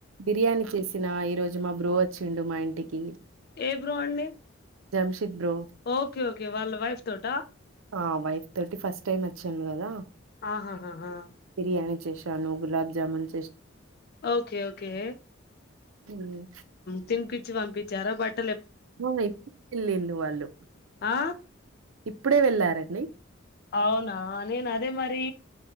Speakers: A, on the right; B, on the left.
A: బిర్యానీ చేసిన ఈ రోజు మా బ్రో వచ్చిండు మా ఇంటికి
B: ఏ బ్రో అండి
A: జమ్షిద్ బ్రో
B: ఒకే ఒకే వాళ్ళ వైఫ్ తోటా
A: ఆ వైఫ్ తోటీ ఫస్ట్ టైమ్ వచ్చాను కదా
B: ఆహాహాహా
A: బిర్యానీ చేశాను గులాబ్ జామన్
B: ఒకే ఒకే
A: ఇప్పుడే
B: తినిపచ్చి పంపించారా బట్
A: ఆ ఇప్పుడ వెళ్ళిళు వాళ్ళు
B: ఆ
A: ఇప్పుడే వెళ్ళారండి
B: అవునా నేను అదే మరి